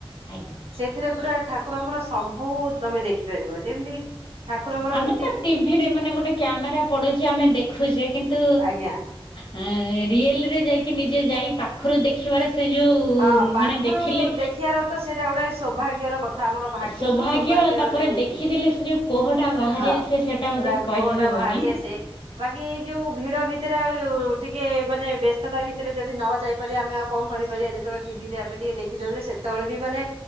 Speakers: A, on the left; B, on the right.
A: ଆଜ୍ଞା।
B: ସେଥିରେ ପୁରା ଠାକୁରଙ୍କର ସବୁ ତମେ ଦେଖିପାରିବ ଯେମିତି ଠାକୁରଙ୍କର
A: ଆମେ
B: ‌ନୀ
A: ତ ଟିଭିରେ ମାନେ ଗୋଟେ କ୍ୟାମେରା ପଡୁଛି ଆମେ ଦେଖୁଛେ କିନ୍ତୁ
B: ଆଜ୍ଞା
A: ଏଁ-ଏଁ-ଏଁ ରିଏଲରେ ଯାଇକି ନିଜେ ଯାଇ ପାଖରୁ ଦେଖିବାର ସେ ଯୋଉ-ଉ-ଉ
B: ହଁ ପାଖରୁ
A: ମାନେ ଦେଖିଲେ
B: ଦେଖିବାର ତ ସେଇଟା ଗୋଟେ ସୌଭାଗ୍ୟର କ ଥା, ଆମର ଭାଗ୍ୟ
A: ସୌଭାଗ୍ୟ
B: ନୁହଁ ସୌଭାଗ୍ୟର
A: ତାପରେ
B: ଯୋଉ
A: ଦେଖିଦେଲେ
B: କିନ୍ତୁ,
A: ସେ ଯୋଉ କୋହଟା ବାହାରି
B: ହଁ
A: ଆସେ ସେଟା ବୋଧେ
B: ପୁରା
A: କହିହବନି।
B: କୋହଟା ବାହାରି ଆସି ସେ ବାକି ଏଇ ଯୋଉ ଭିଡ ଭିତରେ ଆଉ-ଉ-ଉ ଟିକେ ମାନେ ବ୍ୟସ୍ତତା ଭିତରେ ଯଦି ନ ଯାଇପାରିବା ଆମେ ଆଉ କଣ କରିପାରିବା ଯେ ଯେତେବେଳେ ଟିଭିରେ ଆମେ ଟିକେ ଦେଖିଦଉଛେ ସେତେବେଳେ ବି ମାନେ